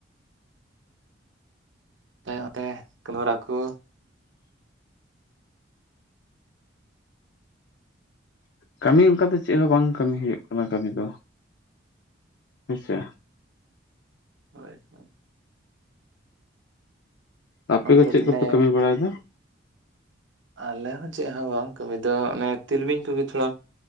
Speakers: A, on the right (about 70°); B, on the left (about 65°).
A: ᱛᱟᱭᱚᱢ ᱛᱮ <unintelligible> ᱠᱚ
B: ᱠᱟᱹᱢᱤ ᱚᱱᱠᱟ ᱫᱚ ᱪᱮᱫ ᱦᱚᱸ ᱵᱟᱝ ᱠᱟᱹᱢᱤ ᱦᱩᱭᱩᱜ ᱠᱟᱱᱟ ᱠᱟᱹᱢᱤ ᱫᱚ ᱦᱮᱸᱥᱮ᱾
A: ᱦᱳᱭ ᱦᱳᱭ
B: ᱟᱯᱮ
A: ᱚᱱᱛᱮ
B: ᱜᱮ ᱪᱮᱫ
A: ᱛᱟᱞᱦᱮ
B: ᱠᱚᱯᱮ ᱠᱟᱹᱢᱤ ᱵᱟᱲᱟᱭᱮᱫᱟ᱾
A: ᱟᱞᱮ ᱦᱚᱸ ᱪᱮᱫ ᱦᱚᱸ ᱵᱟᱝ ᱠᱟᱹᱢᱤ ᱫᱚ ᱚᱱᱮ ᱛᱤᱞᱢᱤᱧ ᱠᱚᱜᱮ ᱛᱷᱚᱲᱟ